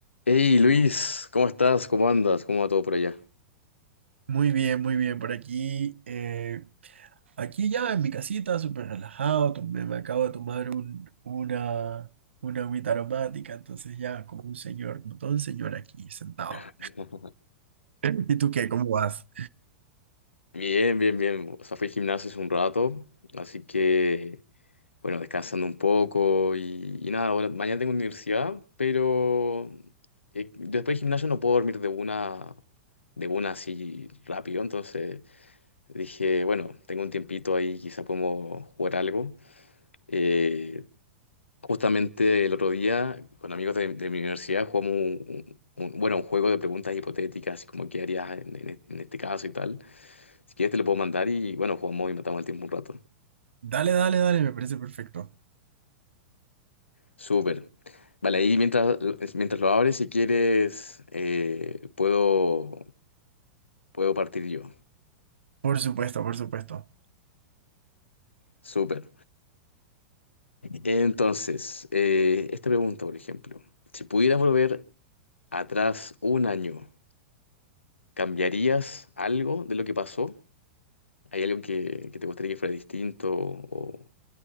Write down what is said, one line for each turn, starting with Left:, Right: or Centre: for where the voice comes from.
Left: Hey Luis, ¿cómo estás? ¿Cómo andas? ¿Cómo va todo por allá?
Right: Muy bien, muy bien. Por aquí, eh, aquí ya en mi casita, súper relajado. tomé- me acabo de tomar un, una, una agüita aromática, entonces ya como un señor, como todo un señor aquí sentado.
Left: <laughs>
Right: <laughs> ¿Y tú qué? ¿Cómo vas?
Left: Bien, bien, bien. O sea, fui al gimnasio hace un rato, así que, bueno, descansando un poco y, y nada, ahora- mañana tengo universidad, pero eh, después del gimnasio no puedo dormir de una, de una así rápido, entonces dije, bueno, tengo un tiempito ahí, quizá podemos jugar algo. Eh, Justamente el otro día, con amigos de, de mi universidad, jugamos un, un- bueno, un juego de preguntas hipotéticas, así como qué harías en, en- e-, en este caso y tal. Si quieres te lo puedo mandar y bueno, jugamos y matamos el tiempo un rato.
Right: Dale, dale, dale, me parece perfecto.
Left: Súper. Vale, ahí mientras, mientras lo abres, si quieres, eh, puedo, puedo partir yo.
Right: Por supuesto, por supuesto.
Left: Súper. Entonces, eh, esta pregunta, por ejemplo, si pudieras volver atrás un año, ¿cambiarías algo de lo que pasó? ¿Hay algo que, que te gustaría que fuera distinto o,